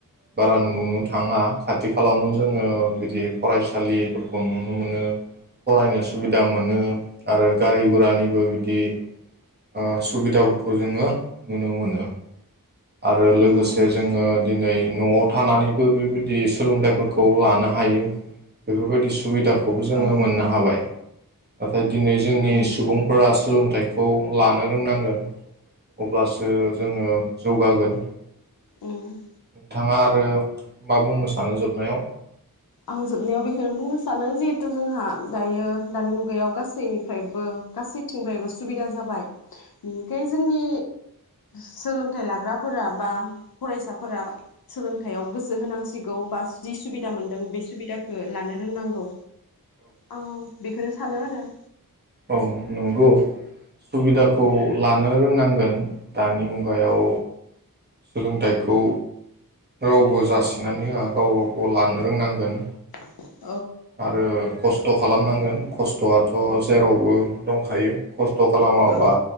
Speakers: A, on the right; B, on the left.
A: बारा नुनो थाङा खाथि खालावनो जोङो बिदि फरायसालिफोरखौ नुनो मोनो फरायनो सुबिदा मोनो आरो गारि गुरानिबो बिदि ओ सुबिदाफोरखौ जोङो नुनो मोनो। आरो लोगोसे
B: उम
A: जोङो दिनै न'आव थानानैबो बेबायदि सोलोंथाइफोरखौ लानो हायो बेफोरबायदि सुबिदाखौ खौबो जोङो
B: औ उम
A: मोननो हाबाय। नाथाय दिनै जोंनि
B: उम
A: सुबुंफोरा सोलोंथाइखौ लानो रोंनांगोन अब्लासो जोङो जौगागोन नोंथाङा
B: उम
A: आरो मा बुंनो सानो जोबनायाव
B: आं जोबनायाव बेखौनो बुंनो सानो जिहेथु जोंहा दायो दानि मुगायाव गासैनिफ्रायबो गासैथिंफ्रायबो सुबिदा जाबाय बेनिखाय जोंनि सोलोंथाइ लाग्राफोरा बा फरायसाफोरा सोलोंथायाइयाव गोसो होनांसिगौ बा जि सुबिदा मोन ों बे सुबिदाखौ लानो रोंनांगौ औ बेखौनो सान आरो औ
A: औ नंगौ सुबिदाखौ लानो रोंनांगोन दानि मुगायाव सोलोंथायखौ रावबो जासिनानै होआ गावबा-गाव लानो रोंनांगोन
B: <inaudible>
A: आरो खायस खस्थ' खालामनांगोन खस्थ'आथ' जेरावबो दंखायो खस्थ' खालामाबा
B: औ